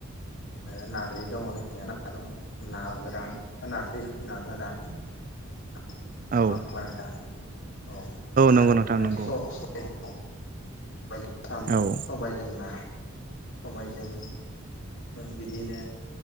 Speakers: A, on the left; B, on the right.
A: आरो नार्जि दङ जोंनिया ना दं ना गोरान नारजि जों ना गोरान <unintelligible> नङा
B: औ
A: होनबा नोंथां? औ
B: नंगौ
A: आरो
B: नोंथां
A: जोंनिया
B: नंगौ
A: स-सबाय दं। औ। सबायजों सामु,
B: औ
A: सबायजों ना सबायजों बिदिनो